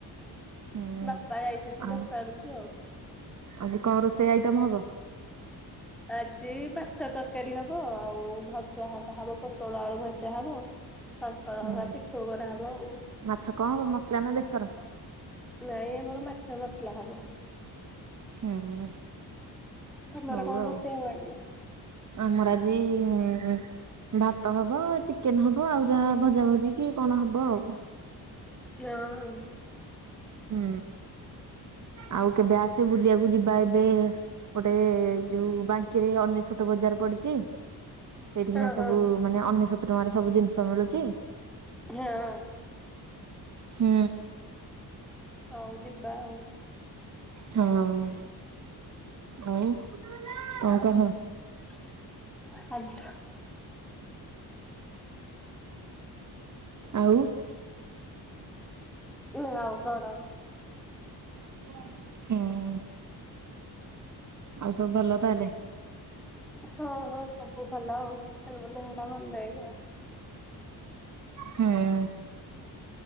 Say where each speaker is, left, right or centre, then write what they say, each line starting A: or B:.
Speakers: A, on the right; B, in the centre.
A: ହୁଁ
B: ବାପା ଯାଇଛନ୍ତି
A: ଆଉ
B: ଦୋକାନୁ କୁ ଆଉ।
A: ଆଜି କଣ ରୋଷେଇ ଆଇଟମ୍ ହବ?
B: ଆଜି ମାଛ ତରକାରୀ ହବ ଆଉ ଭଜା ହରିକା ହବ ପୋଟଳ ଆଳୁ ଭଜା ହବ। କାଙ୍କଡ଼
A: ହୁଁ
B: ହକା ପିଠଉ କରାହବ ଆଉ।
A: ମାଛ କଣ ହବ ମସଲା ନା ବେସର?
B: ନାଇଁ ଆମର ମାଛ ମସଲା ହବ।
A: ହୁଁ।
B: ତମର
A: ହଉ
B: କଣ
A: ଆଉ
B: ରୋଷେଇ ହବ ଆଜି?
A: ଆମର ଆଜି ଉଁ। ଭାତ ହବ ଚିକେନ୍ ହବ ଆଉ ଯାହା ଭଜା ଭଜି କି କଣ ହବ ଆଉ।
B: ନମ।
A: ହୁଁ ଆଉ କେବେ ଆସେ ବୁଲିଆକୁ ଯିବା ଏବେ? ଗୋଟେ ଯୋଉ ବାଙ୍କିରେ ଅନେଶୋତ ବଜାର ପଡିଚି। ସେଇଠିକିନା
B: ହଁ
A: ସବୁ
B: ହଁ
A: ମାନେ ଅନେଶୋତ ଟଙ୍କାରେ ସବୁ ଜିନିଷ ମିଳୁଚି।
B: ହଁ।
A: ହୁଁ।
B: ହଉ ଯିବା ଆଉ।
A: ହଁ ଆଉ କଣ କହ?
B: <unintelligible>
A: ଆଉ।
B: ନା ଆଉ କଣ।
A: ହୁଁ। ଆଉ ସବୁ ଭଲ ତାହେଲେ?
B: ହଁ ହଁ ସବୁ ଭଲ ଆଉ ଖାଲି ମୋ ଦେହ ଟା ଭଲ ନାଇଁ ଆଉ।
A: ହୁଁ।